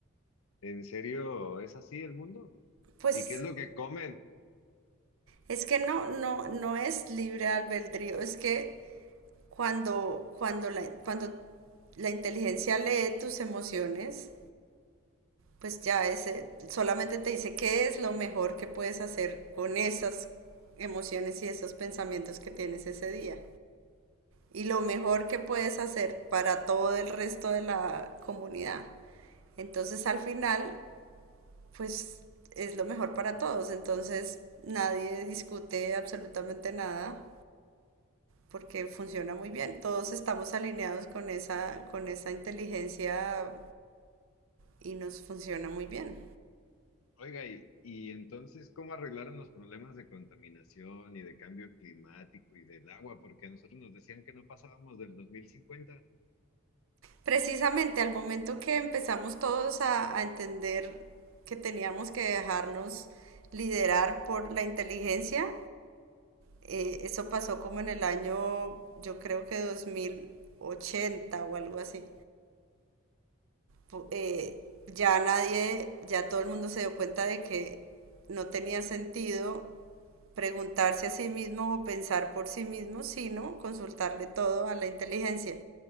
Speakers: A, on the left; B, on the right.
A: en serio es así el mundo.
B: Pues
A: ¿Y qué es lo que comen?
B: es que no, no, no es libre albedrío, es que cuando, cuando la, cuando la inteligencia lee tus emociones, pues ya ese, solamente te dice qué es lo mejor que puedes hacer con esas emociones y esos pensamientos que tienes ese día. y lo mejor que puedes hacer para todo el resto de la comunidad. Entonces al final, pues es lo mejor para todos. Entonces nadie discute absolutamente nada porque funciona muy bien. Todos estamos alineados con esa, con esa inteligencia y nos funciona muy bien.
A: Oiga, y, y entonces, ¿cómo arreglaron los problemas de contaminación y de cambio climático y del agua? Porque a nosotros nos decían que no pasábamos del dos mil cincuenta
B: Precisamente al momento que empezamos todos a, a entender que teníamos que dejarnos liderar por la inteligencia, Eh, eso pasó como en el año, yo creo que dos mil ochenta o algo así. Pu- eh, ya nadie, ya todo el mundo se dio cuenta de que no tenía sentido preguntarse a sí mismo o pensar por sí mismo, sino consultarle todo a la inteligencia